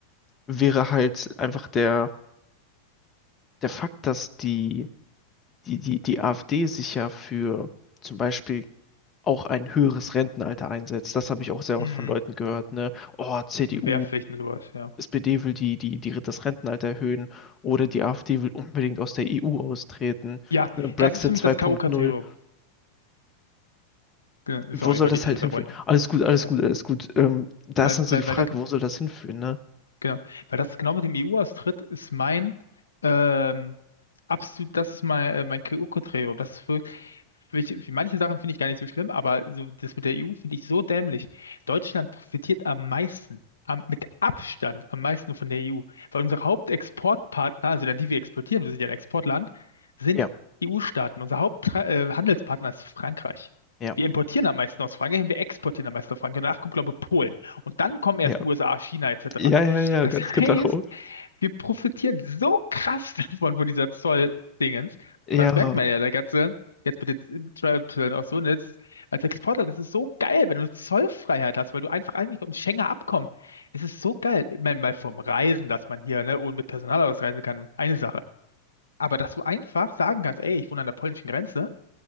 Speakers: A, on the left; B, on the left.
A: wäre halt einfach der, der Fakt, dass die, die, die, die AfD sich ja für zum Beispiel auch ein höheres Rentenalter einsetzt. Das habe ich auch sehr
B: Mhm.
A: oft von Leuten gehört, ne? Oh, CDU,
B: Und Wehrpflichten sowas, ja.
A: SPD will die, die, die, das Rentenalter erhöhen oder die AfD will unbedingt aus der EU austreten.
B: Ja,
A: Ne? Brexit
B: das ist für mich
A: 2.0.
B: das K.O.-Kriterium. Ge-
A: Wo
B: Sorry,
A: soll
B: wollte
A: das
B: ich nicht
A: halt
B: unterbrechen.
A: hinführen? Alles gut, alles
B: Ja.
A: gut, alles gut. Ähm, da
B: Weil,
A: ist dann so
B: weil,
A: die Frage,
B: weil das
A: wo soll das hinführen, ne?
B: Genau, weil das genau mit dem EU-Austritt ist mein ähm, absolut, das ist mein, äh, mein KO-Kriterium. Das ist wirklich, für, für manche Sachen finde ich gar nicht so schlimm, aber so das mit der EU finde ich so dämlich. Deutschland profitiert am meisten, am, mit Abstand am meisten von der EU, weil unsere Hauptexportpartner, also dann die wir exportieren, wir sind ja ein Exportland, sind
A: Ja,
B: EU-Staaten. Unser Haupthandelspartner äh, Handelspartner ist Frankreich.
A: ja,
B: Wir importieren am meisten aus Frankreich und wir exportieren am meisten aus Frankreich. Danach kommt, glaube ich, Polen. Und dann kommen
A: ja.
B: erst USA, China etc.
A: Ja, ja, ja,
B: Das
A: ganz
B: heißt,
A: genau.
B: wir profitieren so krass <laughs> davon, von dieser Zoll-Dingens.
A: Ja,
B: Was merkt man ja, der ganze, jetzt mit den Zollzöllen auch so, ne? Das ist, als Exportland das ist so geil, wenn du Zollfreiheit hast, weil du einfach eigentlich ums Schengener Abkommen. Es ist so geil. Ich meine, mal vom Reisen, dass man hier, ne, ohne mit Personalausweis reisen kann, eine Sache. Aber dass du einfach sagen kannst, ey, ich wohne an der polnischen Grenze